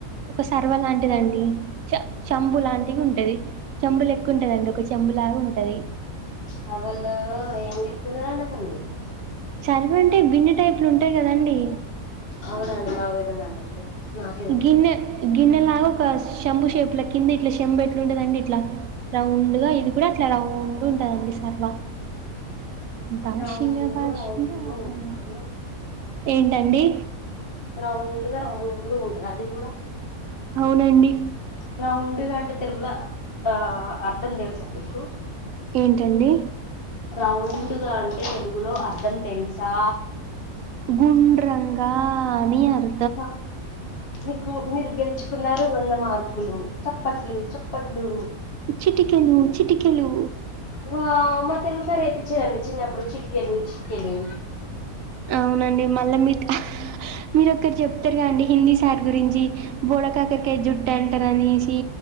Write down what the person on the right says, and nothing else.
ఒక సర్వ లాంటిదండి, చ చంబు లాంటివి ఉంటది. చెంబు లేక్క ఉంటదండి, ఒక చెంబులాగా ఉంటది.
చర్వ అంటే బిందె టైప్ లో ఉంటాది కదండి.
గిన్నె గిన్నె లాగా ఒక శంభు షేప్ ల కింద ఇట్లా శెంభు ఎట్లా ఉంటదండి ఇట్లా. రౌండ్గా ఇది కూడా అట్లా రౌండ్ ఉంటదండి సర్వా. భాషింగా
భాషింగా
బలాల్,
ఏంటండి
అవునండి
ఏంటండి
గుండ్రంగా అని అర్
చిటికెలు చిటికెలు
అవునండి మళ్ళా మీ మీరోక్కరు చెప్తారుగా అండి హిందీ సార్ గురించి బొడా కాకరకై జుట్టు అంటరనేసి